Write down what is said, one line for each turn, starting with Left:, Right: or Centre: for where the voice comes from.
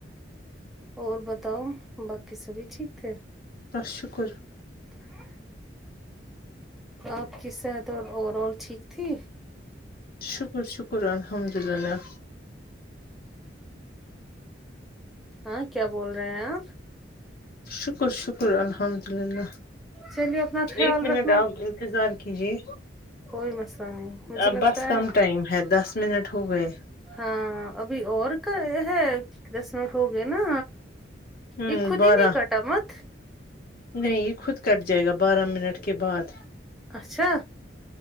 Centre: اور بتاؤ باقی سبھی ٹھیک تھے
Left: بس شکر
Centre: ہے آپ کی صحت اور اوور آل ٹھیک تھی
Left: شکر شکر الحمد اللہ
Centre: ہاں کیا بول رہے ہیں آپ
Left: شکر شکر الحمد للہ
Centre: چلیے اپنا خیال
Left: ایک منٹ
Centre: رکھنا
Left: آپ انتظار کیجے
Centre: کوئی مسئلہ نہیں مجھے
Left: اب
Centre: لگتا
Left: بس کم
Centre: ہے
Left: ٹائم ہے دس منٹ ہو گئے
Centre: ہاں ابھی اور کا ہے دس منٹ ہو گئے نا
Left: ہوں
Centre: ایک خود
Left: بارہ
Centre: نہیں کٹا مت
Left: نہیں خود کٹ جائے گا بارہ منٹ کے بعد
Centre: اچھا